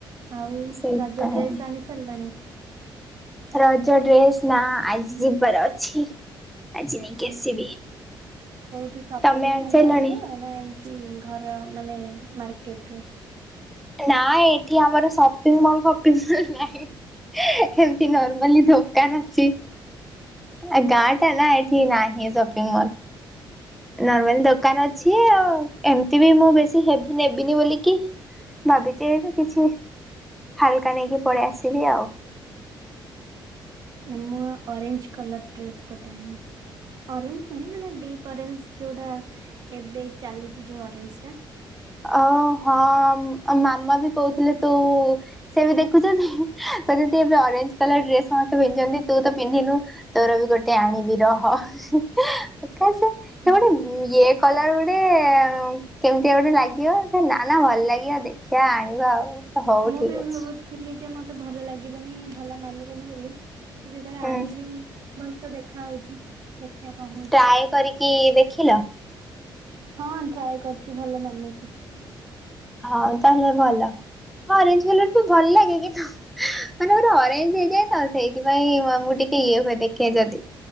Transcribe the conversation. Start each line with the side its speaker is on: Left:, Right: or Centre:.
Right: ଆଉ
Centre: ସେଇଥିପାଇଁ
Right: ରଜ ଡ୍ରେସ୍ ଆଣି ସାରିଲେଣି।
Centre: ରଜ ଡ୍ରେସ୍ ନା ଆଜି ଯିବାର ଅଛି। ଆଜି ନେଇକି
Right: ଆଉ
Centre: ଆସିବି।
Right: କୋଉଠୁ ସପିଙ୍ଗ
Centre: ତମେ ଆଣି
Right: ମହଲରୁ
Centre: ସାଇଲଣି?
Right: ଆଣିବ ନା ଏମ୍ ଏଇ ଘର ମାନେ ମାର୍କେଟର
Centre: ନାଇଁ ଏଠି ଆମର ସପିଙ୍ଗ ମଲ୍ ଫପିଙ୍ଗ ମଲ୍ ନାହିଁ। ଏମିତି ନର୍ମାଲି ଦୋକାନ ଅଛି। ଏ ଗାଁଟା ନା ଏଠି ନାହିଁ ସପିଙ୍ଗ ମଲ୍।
Right: ଓହୋ
Centre: ନର୍ମାଲି ଦୋକାନ ଅଛି ଆଉ ଏମିତି ବି ମୁଁ ବେଶୀ ହେବି ନେବିନି ବୋଲି କି। ଭାବିଚି ଏଇଠୁ କିଛି ହାଲକା ନେଇକି ପଳେଇ ଆସିବି ଆଉ।
Right: ଓ ମୁଁ ଅରେଞ୍ଜ କଲର ଡ୍ରେସ୍ ଗୋଟେ ଆଣିଛି। ଅରେଞ୍ଜ ନୁହେଁ ମାନେ ଡିପ୍ ଅରେଞ୍ଜ ଯୋଉଟା ଏବେ ଚାଲୁଚି ଯୋଉ ଅରେଞ୍ଜଟା।
Centre: ଓ ହଁ ଆଉ ମାମା ବି କହୁଥିଲେ ତୁ ସେ ବି ଦେଖୁଛନ୍ତି ତ। ଯଦି ଏବେ ଅରେଞ୍ଜ ତାହାହେଲେ ଡ୍ରେସ ସମସ୍ତେ ପିନ୍ଧିଚନ୍ତି। ତୁ ତ ପିନ୍ଧିନୁ ତୋର ବି ଗୋଟେ ଆଣିବି ରହ। ପ୍ରକାଶ ସେ
Right: ଉଁ
Centre: ଗୋଟେ ଇଏ କଲର୍ ଗୋଟେ କେମିତିଆ ଗୋଟେ ଲାଗି ଦିଅ ନାଁ ନାଁ ଭଲ ଲାଗିବ ଦେଖିବା ଆଣିବା ଆଉ। ହଉ
Right: ମୁଁ
Centre: ଠିକ
Right: ବି
Centre: ଅଛି।
Right: ଭାବୁଥିଲି ଯେ ମତେ ଭଲ ଲାଗିବନି ଭଲ ମାନିବନି ବୋଲି। କି ଯେତେବେଳେ
Centre: ହୁଁ
Right: ଆଣିଲି ଭଲ ତ ଦେଖା ହଉଛି। ଦେଖିବା କଣ ହଉଛି
Centre: ଟ୍ରାଏ କରିକି ଦେଖିଲ।
Right: ହଁ ଟ୍ରାଏ କରିଛି ଭଲ ମାନୁଛି।
Centre: ହଉ ତାହେଲେ ଭଲ ଅରେଞ୍ଜ କଲର ପା ଭଲ ଲାଗେ। କିନ୍ତୁ ମାନେ ଗୋଟେ ଅରେଞ୍ଜ ହେଇଯାଏ ତ। ସେଇଥିପାଇଁ ମୁଁ ଆମକୁ ଟିକେ ଇଏ ହୁଏ ଦେଖେ ଯଦି।